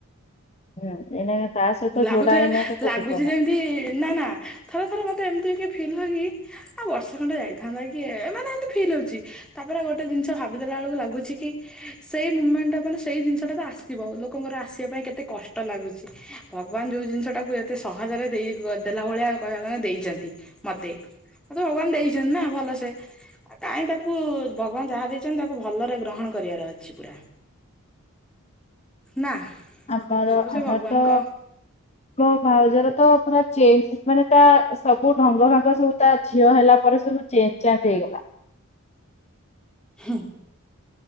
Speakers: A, on the left; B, in the centre.
A: ହୁଁ ଏଇନାକେ ତା ସହିତ
B: ଲାଗୁଥିଲା
A: ଯୋଡା ଏଇନାକେ ତୋ
B: ଲାଗୁଚି
A: ଜୀବନ।
B: ଯେମିତି ନା ନା ଥରେ ଥରେ ମତେ ଏମିତି ବି କିଏ ଫିଲ୍ ହୁଏ କି ଆଉ ବର୍ଷୈ ଖଣ୍ଡେ ଯାଇଥାନ୍ତା କି ଏ ମାନେ ଏମିତି ଫିଲ୍ ହଉଚି। ତାପରେ ଗୋଟେ ଜିନିଷ ଭାବି ଦେଲା ବେଳକୁ ଲାଗୁଛି କି ସେଇ ମୁମେଣ୍ଟ ଟା ମାନେ ସେଇ ଜିନିଷ ଟା ତ ଆସିବ ଲୋକଙ୍କର ଆସିବା ପାଇଁ କେତେ କଷ୍ଟ ଲାଗୁଛି। ଭଗବାନ ଯୋଉ ଜିନିଷ ଟାକୁ ଏତେ ସହଜରେ ଦେଇ ଦେଲା ଭଳିଆଉ କହିବା କୁ ଗଲେ ଦେଇଛନ୍ତି। ମତେ ମତେ ଭଗବାନ ଦେଇଛନ୍ତି ନା ଭଲ ସେ। କାହିଁ ତାକୁ ଭଗବାନ ଯାହା ଦେଇଛନ୍ତି ତାକୁ ଭଲରେ ଗ୍ରହଣ କରିବାର ଅଛି ପୁରା ନା?
A: ଆମର
B: ସବୁ ସେ
A: ଆମର
B: ଭଗବାନଙ୍କ
A: ତ ମୋ ଭାଉଜର ତ ପୁରା ଚେଞ୍ଜ ମାନେ ତା ସବୁ ଢଙ୍ଗ ଭଙ୍ଗ ସବୁ ତା ଝିଅ ହେଲା ପରେ ସବୁ ଚେଞ୍ଜ ଚାଞ୍ଜ ହେଇଗଲା।
B: ହୁଁ।